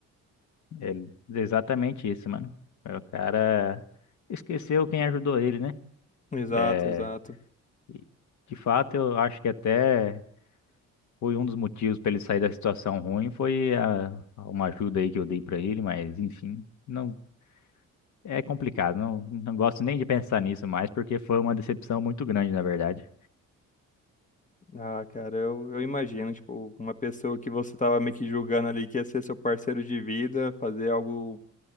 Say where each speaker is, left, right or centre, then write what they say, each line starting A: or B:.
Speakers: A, on the left; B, on the left.
A: ele- exatamente isso, mano. É, O cara esqueceu quem ajudou ele, né?
B: Exato,
A: É,
B: exato.
A: e, de fato, eu acho que até foi um dos motivos para ele sair da situação ruim, foi a, a uma ajuda aí que eu dei para ele, mas enfim, não é complicado. Não, não gosto nem de pensar nisso mais, porque foi uma decepção muito grande, na verdade.
B: Ah, cara, eu, eu imagino, tipo, uma pessoa que você tava meio que julgando ali que ia ser seu parceiro de vida, fazer algo,